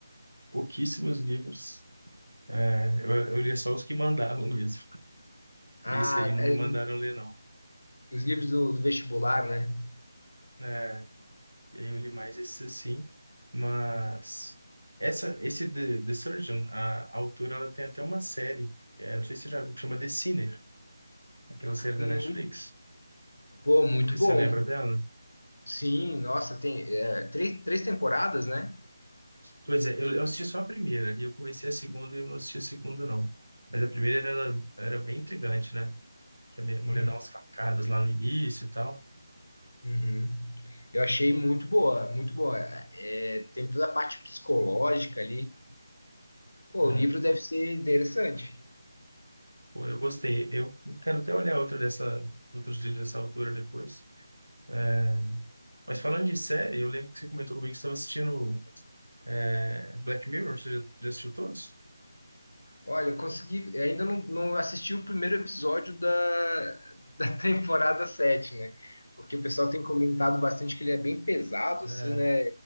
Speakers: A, on the right; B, on the left.
A: pouquíssimos livros. É, eu, eu lia só os que mandavam mesmo.
B: Ah,
A: E esse aí não
B: é,
A: me mandaram ler, não.
B: os livros do do vestibular, né?
A: É, e aí eu li mais esses assim. Mas essa, esse The, The Surgeon, a, a autora, ela tem até uma série. É, não sei se você já viu, que chama The Sinner, aquela série da
B: Um
A: Netflix.
B: Pô, muito
A: Não sei se
B: bom.
A: você lembra dela.
B: Sim, nossa, tem é, três, três temporadas, né?
A: Pois é, eu, eu assisti só a primeira, e eu comecei a segunda e eu não assisti a segunda, não. Mas a primeira era, era bem intrigante, né? Que a minha mulher
B: Hum,
A: dá umas facadas lá no início e tal.
B: uhum. Eu achei muito boa, muito boa. É, tem toda a parte psicológica ali. Pô,
A: É,
B: o livro deve ser interessante.
A: pô, eu gostei. Eu quero até olhar outra dessa, outros livros dessa altura depois. É, Mas falando de série, eu lembro que você comentou comigo que estava assistindo é, Black Mirror. Você já já assistiu todos?
B: Olha, eu consegui. eu ainda não, não assisti o primeiro episódio da, da <laughs> temporada sete né? Porque o pessoal tem comentado bastante que ele é bem pesado,
A: É,
B: assim, né?